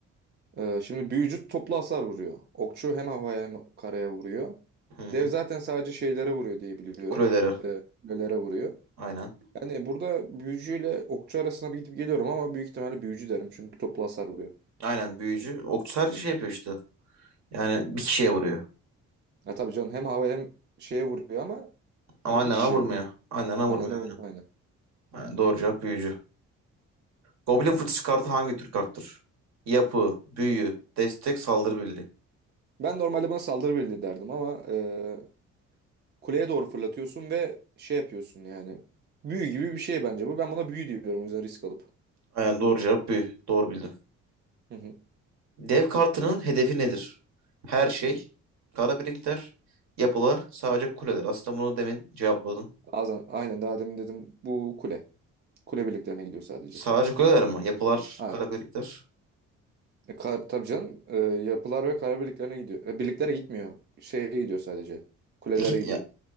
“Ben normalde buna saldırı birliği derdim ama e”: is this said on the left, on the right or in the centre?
Right